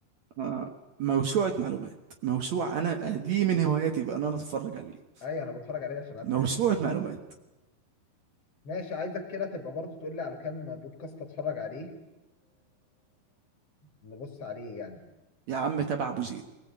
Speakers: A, on the right; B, on the left.
A: آه، موسوعة معلومات موسوع أنا دي من هواياتي بقى إن أنا أتفرج عليه
B: ايوه انا بتفرج عليه عشان اضحك
A: موسوعة معلومات
B: ماشي عايزك كده تبقى برضو تقول لي على كام بودكاست اتفرج عليه ونبص عليه يعني
A: يا عم تابع أبو زيد